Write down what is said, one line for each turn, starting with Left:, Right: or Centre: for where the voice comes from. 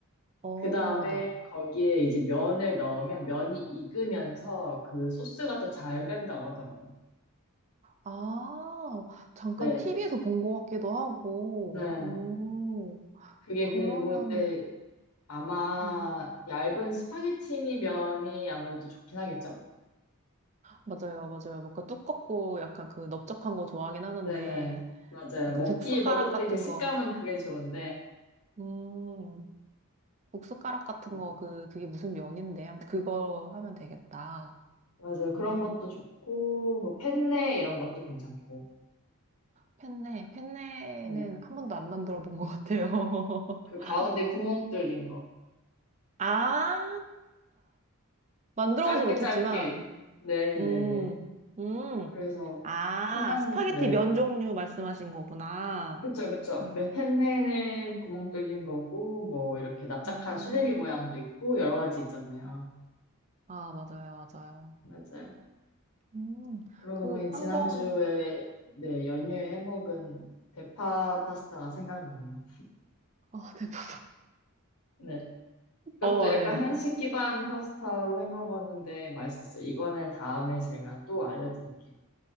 Right: 오,
Left: 그 다음에
Right: 네.
Left: 거기에 이제 면을 넣으면 면이 익으면서 그 소스가 더 잘 밴다고 하더라고요.
Right: 아, 잠깐
Left: 네.
Right: TV에서 본 것 같기도 하고,
Left: 네.
Right: 오,
Left: 그게
Right: 그러면,
Left: 그리고, 네. 아마
Right: 음,
Left: 얇은 스파게티니 면이 아무래도 좋긴 하겠죠.
Right: 맞아요, 맞아요. 뭔가 두껍고 약간 그 넓적한 거 좋아하긴 하는데,
Left: 네, 맞아요.
Right: 약간
Left: 먹기,
Right: 국숫가락
Left: 먹을
Right: 같은
Left: 때 그 식감은
Right: 거,
Left: 그게 좋은데.
Right: 음, 국숫가락 같은
Left: 맞아요.
Right: 거, 그, 그게 무슨 면인데. 아무튼 그거 하면 되겠다.
Left: 맞아요. 그런
Right: 음,
Left: 것도 좋고, 뭐, 펜네 이런 것도 괜찮고.
Right: 펜네. 펜네는
Left: 네.
Right: 한 번도 안 만들어 본 것 같아요.
Left: 그
Right: <laughs>
Left: 가운데 구멍 뚫린 거.
Right: 아, 만들어
Left: 짧게
Right: 보지 못했지만,
Left: 짧게. 네네네.
Right: 음, 음.
Left: 그래서
Right: 아,
Left: 생각,
Right: 스파게티
Left: 네.
Right: 면 종류 말씀하신 거구나.
Left: 그쵸, 그쵸.
Right: 음,
Left: 네, 펜네는 구멍 뚫린 거고, 뭐, 이렇게 납작한
Right: 음.
Left: 수제비 모양도 있고, 여러 가지 있잖아요.
Right: 아, 맞아요, 맞아요.
Left: 맞아요.
Right: 음,
Left: 그러고
Right: 그,
Left: 보니
Right: 한
Left: 지난주에,
Right: 번,
Left: 네, 연휴에 해먹은 대파 파스타가 생각나네요.
Right: 어, <laughs> 대파
Left: 네. 이것도
Right: 어,
Left: 약간
Right: 예.
Left: 한식 기반 파스타로 해 먹었는데 맛있었어요. 이거는 다음에 제가 또 알려드릴게요.